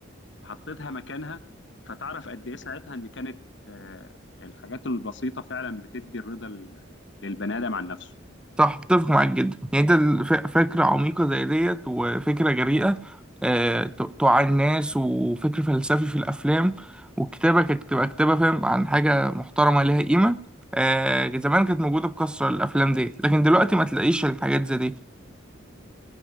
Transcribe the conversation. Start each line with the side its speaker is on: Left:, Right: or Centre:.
Left: وحطيتها مكانها فتعرف قد ايه ساعتها ان كانت آه، الحاجات البسيطة فعلا بتدي الرضا لل- للبني ادم عن نفسه
Centre: صح اتفق معاك جدا يعني انت الف- فكرة عميقة زي ديت وفكرة جريئة آه، ت- توعي الناس وفكر فلسفي في الأفلام والكتابة كانت تبقى كتابة فاهم عن حاجة محترمة ليها قيمة آه، زمان كانت موجودة بكثرة الأفلام دي لكن دلوقتي ما تلاقيش الحاجات زي دي